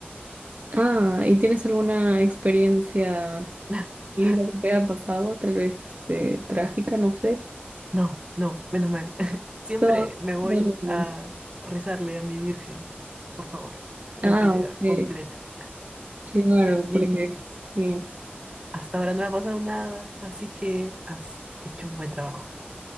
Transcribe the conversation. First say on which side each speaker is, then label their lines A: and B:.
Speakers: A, on the right (about 45°); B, on the right (about 25°).
A: Ah, ¿y tienes alguna experiencia
B: <laughs>
A: linda que te haya pasado, tal vez este, trágica, no sé?
B: No, no, menos mal. <laughs> Siempre
A: Todo,
B: me voy
A: todo lindo.
B: a rezarle a mi Virgen. Por favor, tengo
A: Ah,
B: que llegar
A: ok,
B: completa.
A: claro,
B: Y
A: porque sí.
B: hasta ahora no me ha pasado nada, así que has hecho un buen trabajo,